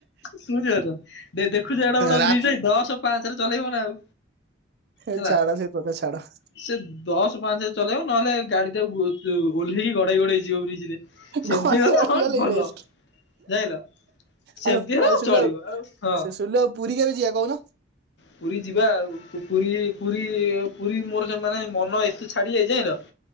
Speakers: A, on the left; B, on the right.
A: ଶୁଣିପାରୁଚ ଦେ ଦେଖୁଚ ଏଡେ ବଡ
B: ରା
A: ବ୍ରିଜ ଦଶ ପାଞ୍ଚ ରେ ଚଲେଇବ ନା ଆଉ।
B: ହେ
A: ହେଲା।
B: ଛାଡ ସେ କଥା ଛାଡ।
A: ସେ ଦଶ ପାଞ୍ଚେ ଚଲେଇବ ନହେଲେ ଗାଡି ଟାକୁ। ଜଉ ଓହ୍ଲେଇକି ଗଡେଇ ଗଡେଇ ଯିବ ବ୍ରିଜ୍ ରେ ସେମିତି
B: ଗଣି
A: ଗଲେ
B: ଗଣି
A: ହଁ ଭଲ।
B: ବେଷ୍ଟ।
A: ଜାଇଲ ସେମତି
B: ଆଉ
A: ହେଲା
B: ଆଉ ସୁଲଭ
A: ଚଳିବ ଆଉ ହଁ।
B: ସୁଲଭ ପୁରୀ କେବେ ଯିବା କହୁନ
A: ପୁରୀ ଯିବା ଆଉ ପୁ ପୁରୀ ପୁରୀ ପୁରୀ ମୋର ଜବ ମାନେ ମନ ଏତେ ଛାଡି ଯାଇଚି ଯାଇଲ